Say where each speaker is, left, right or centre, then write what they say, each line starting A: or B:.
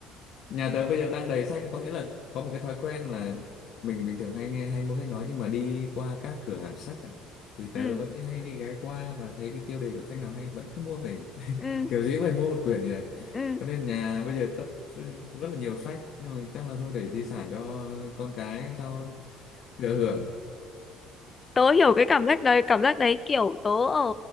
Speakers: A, on the left; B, on the left.
A: nhà tớ bây giờ đang đầy sách có nghĩa là có một cái thói quen là mình bình thường hay nghe hay mua sách nói nhưng mà đi qua các cửa hàng sách ạ, thì tớ
B: ừ
A: vẫn hay đi ghé qua và thấy cái tiêu đề của sách nào hay vẫn cứ mua về <laughs>
B: ừ
A: kiểu gì cũng phải mua một quyển gì đấy
B: ừ ừ.
A: cho nên nhà bây giờ tất rất là nhiều sách nhưng mà chắc là thôi để di sản cho con cái sau thừa hưởng
B: tớ hiểu cái cảm giác đấy cảm giác đấy kiểu tớ ở